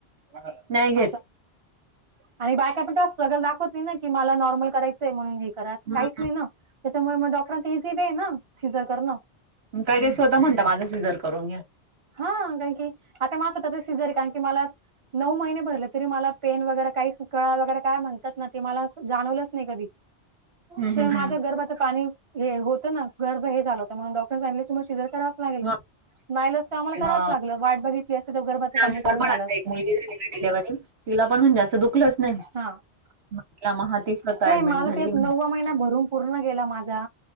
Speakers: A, on the right; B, on the right.
A: <unintelligible> नाय घेत.
B: असं. आणि बायका पण तेवढा स्ट्रगल दाखवत नाही ना की मला नॉर्मल करायचंय म्हणून हे करा
A: हं,
B: काहीच नाही ना. त्याच्यामुळे मग डॉक्टरांत इझीबीय ना सिझर करणं.
A: काही काही स्वतः म्हणता माझं सिझर करून घ्या.
B: हा कारण की आता माझ स्वतः च सिझर कारण की मला नऊ महिने भरले तरी मला पेन वगैरे काही कळा वगैरे काय म्हणतात ना ते मला जाणवलंच नाही कधी.
A: हं,
B: जेव्हा
A: हं,
B: माझ्या
A: हं.
B: गर्भाचं पाणी हे होतं ना गर्भ हे झालं होतं म्हणून डॉक्टर सांगितले तुम्हाला शिजर करावच लागेल.
A: हां,
B: नाईलाज ते आम्हाला करावच
A: हां.
B: लागलं वाट बघितली असती तर गर्भाच पाणी
A: आमची सर
B: कमी
A: पण
B: झालं
A: आता
B: असतं.
A: एक मुलगी झाली ना डिलिव्हरी तिला पण म्हणजे आसं दुखलंच नाय.
B: हा
A: तिला म हा ती स्वतः
B: सेम
A: ऍडमिट
B: माझं
A: झाली.
B: तेच नववा महिना भरून पूर्ण गेला माझा